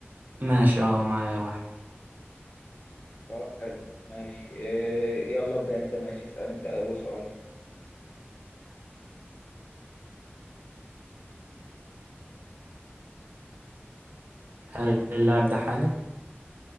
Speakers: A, on the right; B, on the left.
A: ماشي اه معايا واحد
B: طب حلو ماشي إيه يلا ابدأ انت ماشي اسأل انت اول سؤال
A: هل اللاعب ده حالي